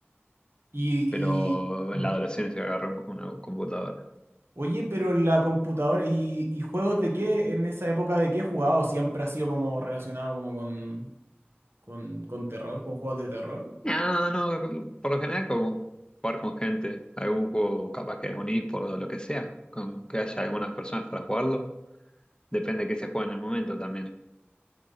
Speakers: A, on the right; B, on the left.
A: Y, y-
B: Pero en
A: ujú.
B: la adolescencia agarré un poco una computadora.
A: Oye, pero en la computadora, ¿y, y juegos de qué, en esa época de qué he jugado? ¿Siempre ha sido como relacionado como con, con, con terror, con juegos de terror?
B: No, no, por lo general como jugar con gente, algún juego, capaz que algún eSport o lo que sea, con que haya algunas personas para jugarlo, depende de qué se juega en el momento también.